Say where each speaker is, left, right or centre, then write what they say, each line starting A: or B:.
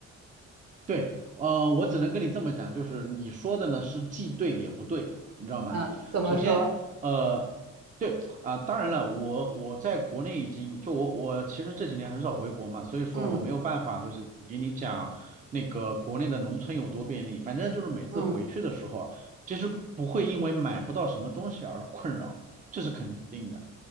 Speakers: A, on the right; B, on the right.
A: 对，呃，我只能跟你这么讲，就是你说的呢是既对也不对，你知道吗？
B: 嗯，怎么说？
A: 首先，呃，对啊，当然了，我我在国内已经就我我其实这几年很少回国嘛，所以说我没有办法就是给你讲那个国内的农村有多便利，
B: 嗯
A: 反正就是每次回去的时候，
B: 嗯，
A: 其实不会因为买不到什么东西而困扰，这是肯定的。